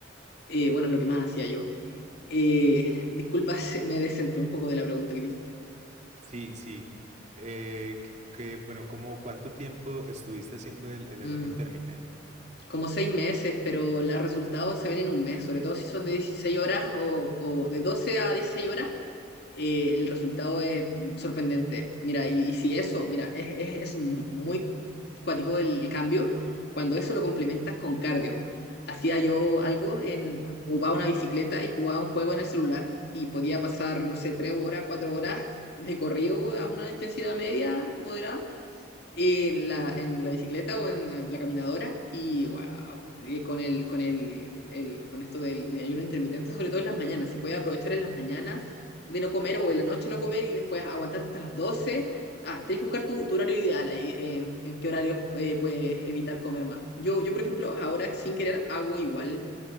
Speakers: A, on the left; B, on the right.
A: Eh, bueno, es lo que más hacía yo. Eh, disculpa, <laughs> me descentré un poco de la pregunta que me hiciste.
B: Sí, sí. Eh, que, que, bueno, ¿cómo cuánto tiempo estuviste haciendo el, el
A: Mm,
B: ayuno intermitente?
A: como seis meses, pero los resultados se ven en un mes, sobre todo si son de 16 horas o, o de 12 a 16 horas, eh, el resultado es mm, sorprendente. Mira, y, y si eso, mira, es, es, es muy cuático el cambio, cuando eso lo complementas con cardio. Hacía yo algo en, ocupaba una bicicleta y jugaba un juego en el celular y podía pasar, no sé, tres horas, cuatro horas de corrido a una intensidad media, moderada en la, en la bicicleta o en, en la caminadora y wow, y con el, con el, el- con esto del ayuno intermitente, sobre todo en las mañanas, si puedes aprovechar en las mañanas de no comer o en la noche no comer y después aguantar hasta las doce ah, tenés que buscar tu, tu horario ideal ahí, en, en qué horarios eh, puedes evitar comer más. Yo, yo, por ejemplo, ahora sin querer hago igual